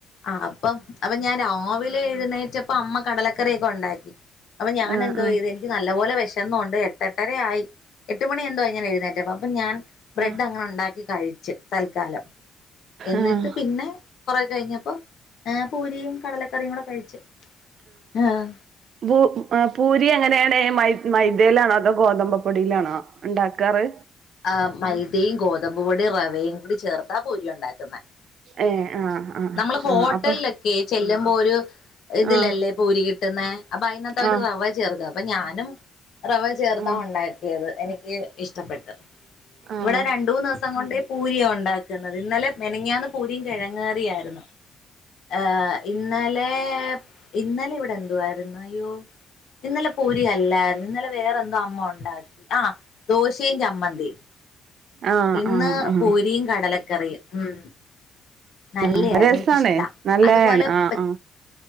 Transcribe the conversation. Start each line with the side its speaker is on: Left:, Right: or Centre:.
Left: ആഹ് അപ്പം അപ്പ ഞാനോ രാവിലെ എഴുന്നേറ്റപ്പ അമ്മ കടലക്കറിയൊക്കെ ഒണ്ടാക്കി. അപ്പൊ ഞാന്
Right: ആഹ്
Left: എന്തോ
Right: ആഹ്
Left: ചെയ്ത് എനിക്ക് എനിക്ക് നല്ല പോലെ വെശന്നോണ്ട് എട്ട് എട്ടരയായി എട്ട് മണി എന്തോ ആയി ഞാൻ എഴുന്നേറ്റപ്പൊ. അപ്പ ഞാൻ ബ്രെഡ്
Right: ആഹ്
Left: അങ്ങനെ ഒണ്ടാക്കി കഴിച്ച് തൽക്കാലം. എന്നിട്ട്
Right: ആഹ്
Left: പിന്നെ കൊറേ കഴിഞ്ഞപ്പോ ഏഹ് പൂരിയും കടലക്കറിയും കൂടെ കഴിച്ച് ഏഹ്
Right: ബൂ ആഹ് പൂരി എങ്ങനെയാണ് മൈദ് മൈദയിലാണോ അതോ ഗോതമ്പ് പ്പൊടിയിലാണോ ഉണ്ടാക്കാറ്
Left: ആഹ് മൈദയും ഗോതമ്പ് പൊടി റവയും കൂടി ചേർത്താ പൂരി ഒണ്ടാക്കുന്ന
Right: ഏഹ് ആഹ് ആഹ്
Left: നമ്മള് ഹോട്ടലിലൊക്കെ
Right: ആഹ് അപ്പൊ
Left: ചെല്ലുമ്പോ ഒരു ഇതിലല്ലേ
Right: ആഹ്
Left: പൂരി കിട്ടുന്നേ അപ്പൊ അതിനകത്ത് അവര്
Right: ആഹ്
Left: റവ ചേർക്കാം അപ്പൊ ഞാനും റവ ചേർത്താ
Right: ആഹ്
Left: ഒണ്ടാക്കിയത് എനിക്ക് ഇഷ്ടപ്പെട്ട് അത്
Right: ആഹ്
Left: ഇവടെ രണ്ടൂന്ന് ദെവസം കൊണ്ട് പൂരിയാ ഒണ്ടാക്കുന്നത് ഇന്നലെ മെനഞ്ഞാന്ന് പൂരിയും കെഴങ്ങ് കറീം ആര്ന്ന് ര്ന്നു ആഹ് ഇന്നലെ ഇന്നലെ ഇവിടെ എന്തുവാരുന്നു അയ്യോ ഇന്നലെ പൂരി അല്ലാരുന്നു ഇന്നലെ വേറെ എന്തോ അമ്മ ഒണ്ടാക്കി ആഹ് ദോശേം ചമ്മന്തിയും.
Right: ആഹ്
Left: ഇന്ന്
Right: ആഹ് ആഹ്
Left: പൂരിയും കടലക്കറിയും ഉം ഇല്ലേ
Right: ആഹ്
Left: അതെനിക്കിഷ്ടാ
Right: രസാണ് നല്ലയാണ്
Left: അതുപോലെ
Right: ആഹ്
Left: പ
Right: ആഹ്